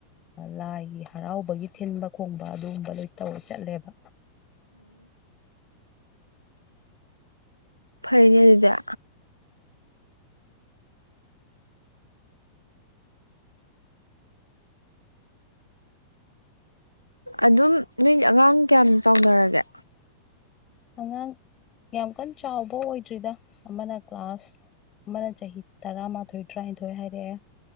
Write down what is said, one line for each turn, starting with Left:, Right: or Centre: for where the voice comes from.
Left: ꯂꯥꯏꯒꯤ ꯍꯔꯥꯎꯕꯒꯤ ꯊꯤꯟꯕ ꯈꯣꯡ ꯑꯗꯨꯒꯨꯝꯕ ꯂꯣꯏ ꯇꯧꯔ ꯆꯠꯂꯦꯕ
Right: ꯐꯩꯅꯤ ꯑꯗꯨꯗ ꯑꯗꯨꯝ ꯅꯣꯏ ꯑꯉꯥꯡ ꯀꯌꯥꯝ ꯆꯥꯎꯅꯔꯒꯦ
Left: ꯑꯉꯥꯡ ꯌꯥꯝ ꯀꯟꯅ ꯆꯥꯎꯕ ꯑꯣꯏꯗ꯭ꯔꯤꯗ ꯑꯃꯅ ꯀ꯭ꯂꯥꯁ ꯑꯃꯅ ꯆꯍꯤ ꯇꯔꯥꯃꯥꯊꯣꯏ ꯇꯔꯥꯅꯤꯊꯣꯏ ꯍꯥꯏꯔꯛꯑꯦ